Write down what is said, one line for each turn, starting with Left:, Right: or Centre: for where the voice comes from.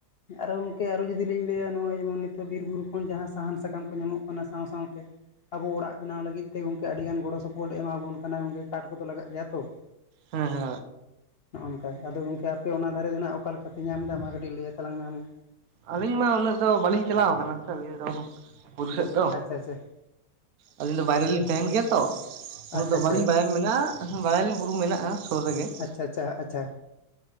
Left: ᱟᱨᱚ ᱜᱚᱝᱠᱮ ᱟᱨᱚ ᱡᱩᱫᱤ ᱞᱤᱧ ᱞᱟᱹᱭᱟ ᱱᱚᱜᱼᱚᱭ ᱡᱮᱢᱚᱱ ᱱᱤᱛᱚᱜ ᱵᱤᱨᱼᱵᱩᱨᱩ ᱠᱷᱚᱱ ᱡᱟᱦᱟᱸ ᱥᱟᱦᱟᱱ ᱥᱟᱠᱟᱢ ᱠᱚ ᱧᱟᱢᱚᱜ ᱠᱟᱱᱟ ᱥᱟᱶ ᱥᱟᱶᱛᱮ ᱾ ᱟᱵᱚ ᱚᱲᱟᱜ ᱵᱮᱱᱟᱣ ᱞᱟᱹᱜᱤᱫ ᱛᱮ ᱜᱚᱝᱠᱮ ᱟᱹᱰᱤ ᱜᱟᱱ ᱜᱚᱲᱚ ᱥᱚᱯᱚᱦᱚᱫ ᱮᱢᱟ ᱵᱚᱱ ᱠᱟᱱᱟ ᱜᱚᱝᱠᱮ ᱠᱟᱴ ᱠᱚᱫᱚ ᱞᱟᱜᱟ ᱜᱮᱭᱟ ᱛᱚ ᱾
Right: ᱦᱮᱸ ᱦᱮᱸ ᱾
Left: ᱱᱚᱜᱼᱚ ᱱᱚᱝᱠᱟ ᱾ ᱟᱫᱚ ᱜᱚᱝᱠᱮ ᱟᱯᱮ ᱚᱱᱟ ᱫᱷᱟᱨᱮ ᱫᱚ ᱦᱟᱸᱜ ᱚᱠᱟ ᱞᱮᱠᱟ ᱯᱮ ᱧᱟᱢᱫᱟ? ᱢᱟ ᱠᱟᱹᱴᱤᱡ ᱞᱟᱹᱭ ᱛᱟᱞᱟᱝ ᱢᱮ ᱟᱢᱜᱮ ᱾
Right: ᱟᱹᱞᱤᱧ ᱢᱟ ᱩᱱᱟᱹᱜ ᱫᱚ ᱵᱟᱹᱞᱤᱧ ᱪᱟᱞᱟᱣ ᱟᱠᱟᱱᱟ ᱥᱮ ᱟᱹᱞᱤᱧ ᱫᱚ ᱵᱩᱨᱩ ᱥᱮᱫ ᱾
Left: ᱟᱪᱪᱷᱟ ᱟᱪᱪᱷᱟ ᱾
Right: ᱟᱹᱞᱤᱧ ᱫᱚ ᱵᱟᱭᱨᱮ ᱨᱮᱞᱤᱧ ᱛᱟᱦᱮᱸᱱ ᱜᱮᱭᱟ ᱛᱚ ᱾ ᱩᱱᱟᱹᱜ
Left: ᱟᱪᱪᱷᱟ
Right: ᱫᱚ
Left: ᱟᱪᱪᱷᱟ
Right: ᱵᱟᱹᱞᱤᱧ ᱵᱟᱲᱟᱭᱟ ᱢᱮᱱᱟᱜᱼᱟ ᱵᱟᱲᱟᱭᱟᱞᱤᱧ ᱵᱩᱨᱩ ᱢᱮᱱᱟᱜᱼᱟ ᱥᱩᱨ ᱨᱮᱜᱮ ᱾
Left: ᱟᱪᱪᱷᱟ ᱟᱪᱪᱷᱟ ᱟᱪᱪᱷᱟ ᱾